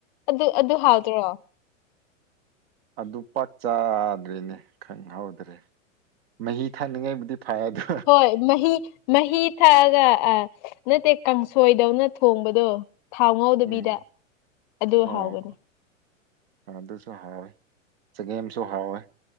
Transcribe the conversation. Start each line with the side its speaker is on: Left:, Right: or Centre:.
Left: ꯑꯗꯨ ꯑꯗꯨ ꯍꯥꯎꯗ꯭ꯔꯣ
Right: ꯑꯗꯨ ꯄꯥꯛ ꯆꯥꯗ꯭ꯔꯦꯅꯦ ꯈꯪꯍꯧꯗ꯭ꯔꯦ ꯃꯍꯤ ꯊꯛꯅꯤꯡꯉꯥꯏꯕꯨꯗꯤ ꯐꯔꯗ
Left: ꯍꯣꯏ ꯃꯍꯤ ꯃꯍꯤ ꯊꯛꯑꯒ ꯑꯥ ꯅꯠꯇꯦ ꯀꯥꯡꯁꯣꯏꯗꯧꯅ ꯊꯣꯡꯕꯗꯣ ꯊꯥꯎ ꯉꯧꯗꯕꯤꯗ
Right: ꯎꯝ
Left: ꯑꯗꯨ
Right: ꯑꯣ
Left: ꯍꯥꯎꯕꯅꯤ
Right: ꯑꯗꯨꯁꯨ ꯍꯥꯎꯋꯦ ꯆꯒꯦꯝꯁꯨ ꯍꯥꯎꯋꯦ